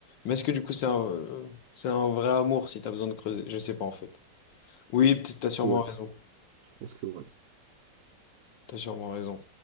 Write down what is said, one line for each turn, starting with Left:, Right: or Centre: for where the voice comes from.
Left: Mais est-ce que du coup, c'est un, euh, c'est un vrai amour si tu as besoin de creuser? Je sais pas en fait. Oui, peut-être t'as sûrement
Right: Ouais,
Left: raison.
Right: je pense que ouais.
Left: T'as sûrement raison.